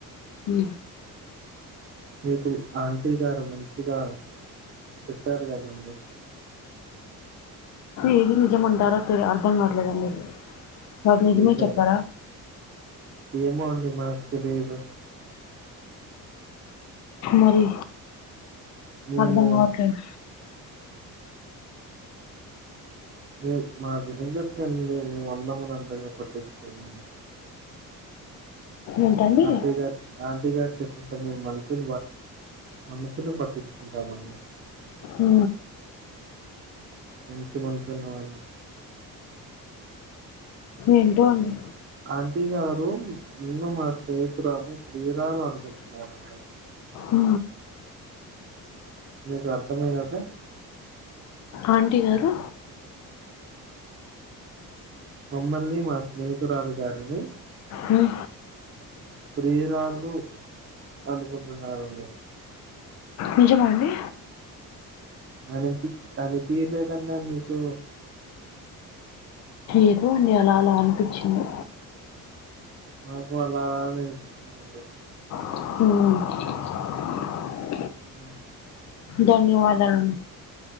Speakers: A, on the left; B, on the right.
A: ఉ
B: మీకు ఆంటీ గారు మంచిగా చెప్పారు కదండి
A: ఏది నిజంమంటారో తె అర్ధం కావట్లేదండి నాకు నిజమే
B: ఏదని
A: చెప్పరా
B: ఏమో అండి మాకు తెలిదు
A: మరి
B: మేము
A: అర్థంగావట్లేదు
B: ఉమ్ మా దరిగట్నీ మేము అన్నదములం అంతగా పట్టించుకోము
A: ఏంటండి
B: అంటె ఇగ టిగా చెప్పిన మేము మనసు మనసును పట్టించుకుంటామని
A: ఊ
B: మంచి మనసున్న వాల్
A: ఏంటో అండి
B: ఆంటీ గారు నిన్ను మా స్నేహితురాని ప్రియురాలు అనుకుంటున్నారండి
A: ఉ
B: మీకు అర్థం అయ్యాక
A: ఆంటీ గారు
B: మమ్మల్ని మా స్నేహితురాలీ గారిని
A: మ్
B: ప్రియురాళ్ళు అనుకుంటున్నరు
A: నిజమ అండి
B: అనిపి అనిపియలేదండ మీకు
A: ఎదో అండి అలా అలా అనిపించింది
B: నాకు అలాగ అని పించిందండి
A: అ
B: అ
A: ధన్యవాదాలం